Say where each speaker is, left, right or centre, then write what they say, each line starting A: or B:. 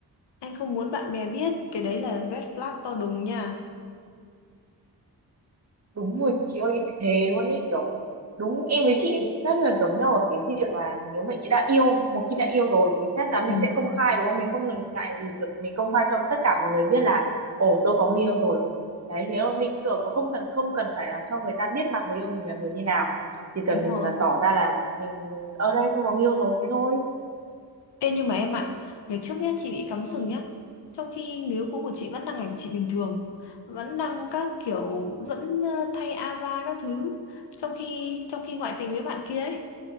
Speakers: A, on the left; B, on the right.
A: anh không muốn bạn bè biết cái đấy là red flag to đùng nha
B: Đúng rồi chị ơi thế luôn ý kiểu đúng em với chị rất là giống nhau ở cái việc là nếu mà chị đã yêu một khi đã yêu rồi thì xét là mình
A: ừ,
B: sẽ công khai đúng không mình không ngần ngại gì việc mình công khai cho tất cả mọi người biết là ồ tôi có người yêu rồi đấy thế không mình kiểu có không cần không cần phải là cho người ta biết mặt người yêu mình là người như nào chỉ cần
A: đúng
B: mình
A: rồi
B: là tỏ ra là mình ở đây tôi có người yêu rồi thế thôi
A: Ê nhưng mà em ạ, ngày trước nhá chị bị cắm sừng
B: nhưng
A: nhá. Trong khi người yêu cũ của chị vẫn đang hành chị bình thường, vẫn đang các kiểu vẫn ờ, thay ava các thứ, trong khi trong khi ngoại tình với bạn kia ấy